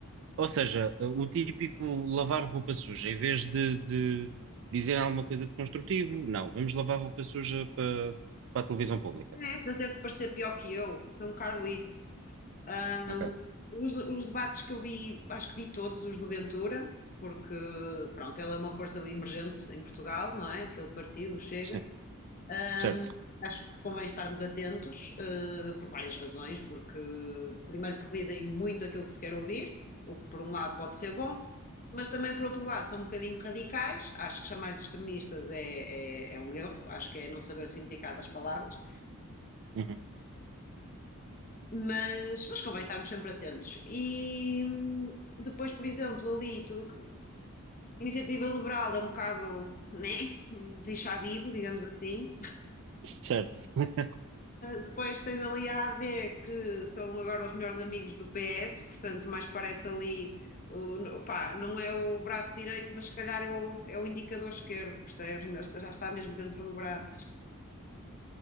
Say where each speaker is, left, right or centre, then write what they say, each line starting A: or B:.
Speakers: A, on the right; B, on the left.
A: ou seja, o típico lavar roupa suja, em vez de, de dizer alguma coisa de construtivo, não, vamos lavar roupa suja para para a televisão pública.
B: É fazer-te parecer pior que eu. É um bocado isso. Ahm,
A: Ok,
B: os, os debates que eu vi, acho que vi todos os do Ventura, porque, pronto, ele é uma força emergente em Portugal, não é? Aquele partido o chega.
A: sim,
B: Ahm,
A: certo.
B: acho que convém estarmos atentos, eh, por várias razões, porque, primeiro, porque dizem muito aquilo que se quer ouvir, o que por um lado pode ser bom, mas também, por outro lado, são um bocadinho radicais. Acho que chamar de extremistas é, é, é um erro, acho que é não saber o significado das palavras.
A: Uhum.
B: mas, mas convém estarmos sempre atentos. E hum, depois, por exemplo, ali, tudo que. Iniciativa Liberal é um bocado, né? Desinchabido, digamos assim.
A: Certo. <laughs>
B: Depois tens ali a AD, que são agora os melhores amigos do PS, portanto, mais parece ali. O, pá, não é o braço direito, mas se calhar é o, é o indicador esquerdo, percebes? Já está mesmo dentro do braço.